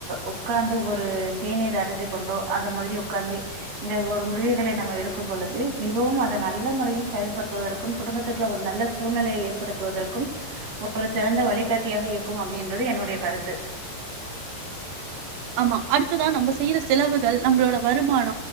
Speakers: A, on the right; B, on the right.
A: உக்காந்து ஒரு தேநீர் அருந்தி கொண்டோ அது மாத்ரி உக்காந்து இந்த ஒரு முடிவுகள நம்ம எடுக்கு பொழுது மிகவு அத நல்ல மொறையில செயல்படுவதற்கு குடும்பத்துக்குள்ள ஒரு நல்ல சூழ்நிலைய ஏற்படுத்துவதற்கு ஒரு சிறந்த வழிகாட்டியாக இருக்கு அப்டின்றது என்னுடைய கருத்து
B: ஆமா அடுத்ததா நம்ம செய்யிற செலவுகள் நம்மளோட வருமான